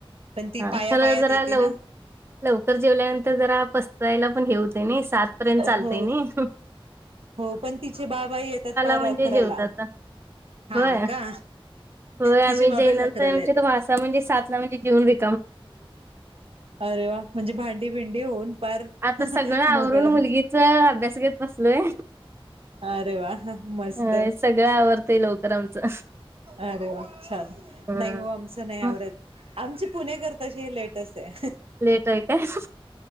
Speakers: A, on the right; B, on the right.
A: पण ती
B: हा
A: पाया,
B: खरं
A: पायात
B: जरा
A: येते
B: लव
A: ना.
B: लवकर जेवल्यानंतर जरा पसरायला पण हे होतंय नाई, सात पर्यंत चालतय
A: हो
B: नाई.
A: हो, पण तिचे बाबा येतात पार
B: म्हणजे
A: अकराला.
B: जेवतात
A: हा
B: होय
A: का
B: होय,
A: तिचे
B: <unintelligible>
A: बाबाच अकराला येतात
B: म्हणजे सातला म्हणजे जेऊन व्हे
A: अरे वा. म्हणजे भांडी भिंडी होऊन पार
B: आता सगळं आवरून
A: मोकळ
B: मुलगीच अभ्यास घेत बसलोय.
A: अरे वा, मस्त.
B: अं, सगळं आवरतंय लवकर आमचं
A: अरे वा, छान.
B: हा
A: नाही हो आमचं नाही
B: मग
A: आवरत. आमची पुणेकर तशी लेटचये.
B: लेट आहे काय